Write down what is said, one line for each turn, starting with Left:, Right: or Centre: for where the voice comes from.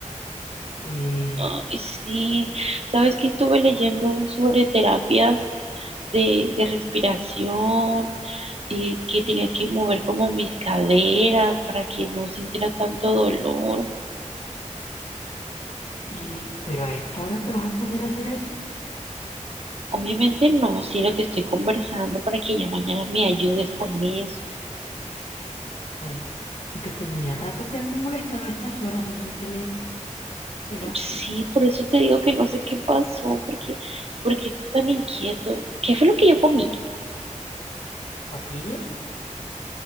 Left: Eh,
Right: Ay, sí, sabes que estuve leyendo sobre terapias de, de respiración y que tenía que mover como mis caderas para que no sintiera tanto dolor.
Left: y, pero a esta hora te vas a poner a hacer eso.
Right: Obviamente no, si no te estoy conversando para que ya mañana me ayudes con eso.
Left: Bueno, aunque tenía rato que él no molestaba a estas horas, no sé qué le, qué le afectó.
Right: Sí, por eso te digo que no sé qué pasó, porque, porque está tan inquieto. ¿Qué fue lo que yo comí?
Left: Patilla